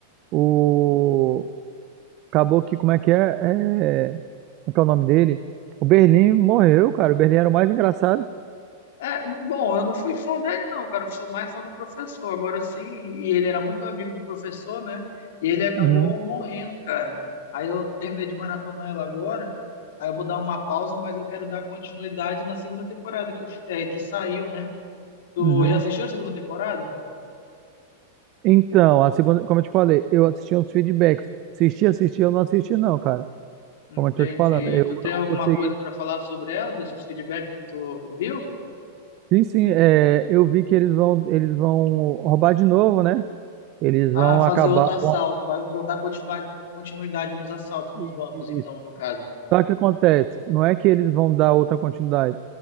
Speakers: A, on the right; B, on the left.
A: O Acabou que, como é que é? É. Como é que é o nome dele? O Berlim morreu, cara. O Berlim era o mais engraçado.
B: É, bom, eu não fui fã dele, não, cara. Eu sou mais fã do professor. Agora sim, e ele era muito amigo do professor, né? E ele acabou
A: Uhum,
B: morrendo, cara. Aí eu terminei de maratonar ela agora. Aí eu vou dar uma pausa, mas eu quero dar continuidade na segunda temporada que, eu- é, que saiu, né? Tu
A: uhum.
B: já assistiu a segunda temporada?
A: Então, a segunda, como eu te falei, eu assisti uns feedbacks. Assisti, assisti, eu não assisti, não, cara.
B: Entendi.
A: Como eu tô te falando, eu
B: Tu tem
A: não
B: alguma
A: consegui.
B: coisa pra falar sobre ela, desses feedbacks que tu viu?
A: Sim, sim, é, eu vi que eles vão, eles vão roubar de novo, né? Eles
B: Ah,
A: vão
B: fazer
A: acabar.
B: outro assalto.
A: vão-
B: Vai- Vão dar continua- continuidade nos assaltos, nos
A: e-
B: bancos, então, no caso.
A: Só que acontece, não é que eles vão dar outra continuidade.